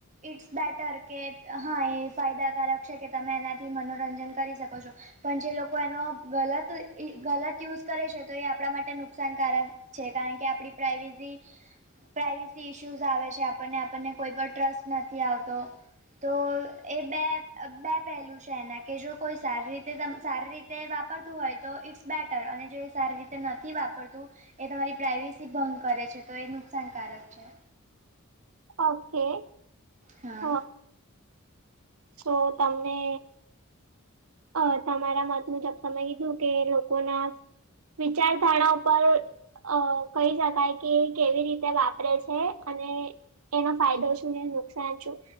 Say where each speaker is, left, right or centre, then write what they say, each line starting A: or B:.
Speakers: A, on the right; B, on the right.
A: ઇટ્સ બેટર કે હા એ ફાયદાકારક છે કે તમે એનાથી મનોરંજન કરી શકો છો પણ જે લોકો એનો ગલત ગલત યુઝ કરે છે તો એ આપણા માટે નુકસાનકારક છે કારણ કે આપડી પ્રઇવેસી પ્રાાઈવેસી ઇસ્યુઝ આવે છે આપને આપને કોઈ પણ ટ્રસ્ટ નથી આવતો તો એ બે બે પહેલું છે એના કે જો કોઈ સારી તે ત સારી રીતે વાપરતું હોય તો ઇટ્સ બેટર અને જો એ સારી રીતે નથી વાપરતું એ તમારી પ્રાઇવેસી ભંગ કરે છે તો એ નુકસાનકારક છે
B: ઓકે
A: હા
B: હ સો તમને અ તમારા મત મૂજબ તમે કીધું કે લોકો ના વિચારધારા ઉપર અ કહી શકાય કે કેવી રીતે વાપરે છે અને એનો ફાયદો શું ને એ નુકસાન શું